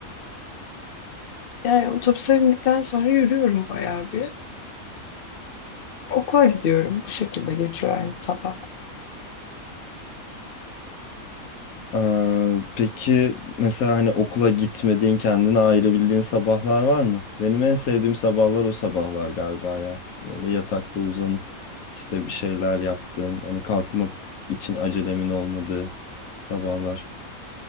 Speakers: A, on the left; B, on the left.
A: yani otobüse bindikten sonra yürüyorum bayağı bir. Okula gidiyorum. Bu şekilde geçiyor yani sabah.
B: Ee, peki mesela hani okula gitmediğin, kendine ayırabildiğin sabahlar var mı? Benim en sevdiğim sabahlar o sabahlar galiba ya. Böyle yatakta uzanıp işte bir şeyler yaptığım, hani kalkmak için acelemin olmadığı sabahlar.